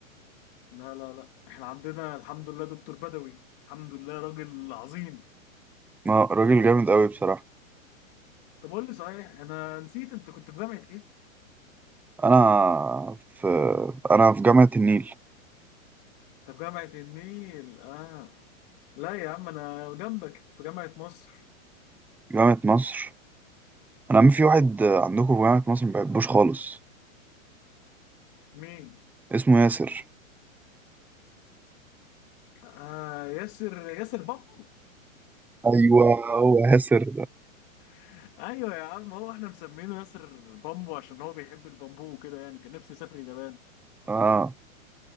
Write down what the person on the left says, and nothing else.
لا لا لا احنا عندنا الحمد لله دكتور بدوي الحمد لله راجل عظيم
طب قول لي صحيح أنا نسيت أنت كنت في جامعة إيه؟
أنت في جامعة النيل آه لا يا عم أنا جنبك في جامعة مصر
مين؟
آه ياسر ياسر بامبو؟
<laughs> أيوه يا عم هو احنا مسمينه ياسر بامبو عشان هو بيحب البامبو وكده يعني كان نفسه يسافر اليابان